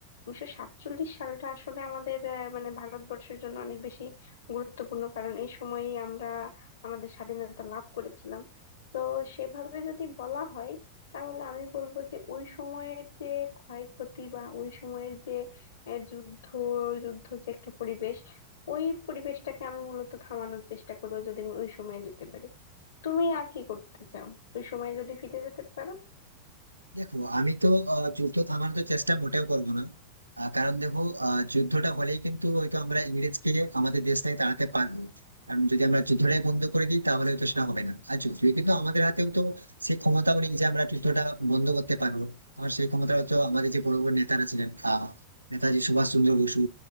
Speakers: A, on the left; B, on the right.
A: উনিশশো সাতচল্লিশ সালটা আসলে আমাদের আহ, মানে ভারতবর্ষের জন্য অনেক বেশি গুরুত্বপূর্ণ কারণ এই সময়ই আমরা আমাদের স্বাধীনতা লাভ করেছিলাম তো সেভাবে যদি বলা হয় তাহলে আমি বলবো যে ওই সময়ের যে ক্ষয়ক্ষতি বা ওই সময়ের যে আহ, যুদ্ধ যুদ্ধ যে একটা পরিবেশ ওই পরিবেশটাকে আমি মূলত থামানোর চেষ্টা করবো যদি আমি ওই সময়ে যেতে পারি তুমি আর কি করতে চাও ওই সময়ে যদি ফিরে যেতে পারো
B: দেখো আমি তো আহ, যুদ্ধ থামানোর চেষ্টা মোটেও করবো না আহ, কারণ দেখো আহ, যুদ্ধটা হলেই কিন্তু হয়তো আমরা ইংরেজকে আমাদের দেশ থেকে তাড়াতে পারবো কারণ যদি আমরা যুদ্ধটাই বন্ধ করে দিই তাহলে তো সেটা হবে না আর যদিও কিন্তু আমাদের হাতেও তো সেই ক্ষমতাও নেই যে আমরা যুদ্ধটা বন্ধ করতে পারবো কারণ সেই ক্ষমতাও তো আমাদের যে বড় বড় নেতারা ছিলেন আহ, নেতাজি সুভাষ চন্দ্র বসু